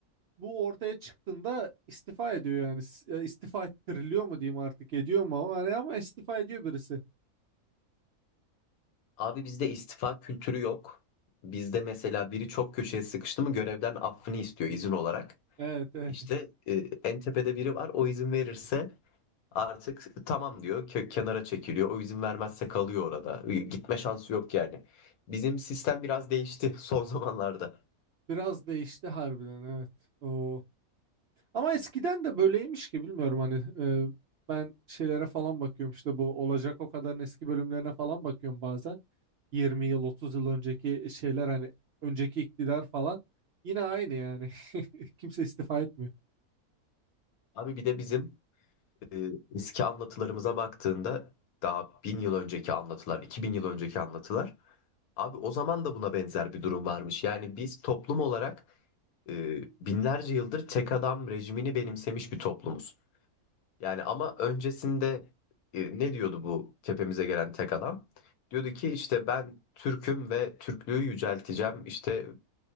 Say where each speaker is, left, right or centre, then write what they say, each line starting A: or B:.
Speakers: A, on the right; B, on the left.
A: bu ortaya çıktığında istifa ediyor yani. S- ya istifa ettiriliyor mu diyeyim artık ediyor mu ama hani ama istifa ediyor birisi.
B: Abi bizde istifa kültürü yok. Bizde mesela biri çok köşeye sıkıştı mı görevden affını istiyor izin olarak.
A: Evet evet.
B: İşte e, en tepede biri var o izin verirse artık tamam diyor kö- kenara çekiliyor. O izin vermezse kalıyor orada. E, Gitme şansı yok yani. Bizim sistem biraz değişti <laughs> son zamanlarda.
A: Biraz değişti harbiden evet. O. Ama eskiden de böyleymiş ki bilmiyorum hani e, ben şeylere falan bakıyorum işte bu olacak o kadarın eski bölümlerine falan bakıyorum bazen. 20 yıl 30 yıl önceki şeyler hani önceki iktidar falan yine aynı yani. <laughs> Kimse istifa etmiyor.
B: Abi bir de bizim e, eski anlatılarımıza baktığında daha bin yıl önceki anlatılar, 2000 yıl önceki anlatılar. Abi o zaman da buna benzer bir durum varmış. Yani biz toplum olarak e, binlerce yıldır tek adam rejimini benimsemiş bir toplumuz. Yani ama öncesinde e, ne diyordu bu tepemize gelen tek adam? Diyordu ki işte ben Türk'üm ve Türklüğü yücelteceğim. İşte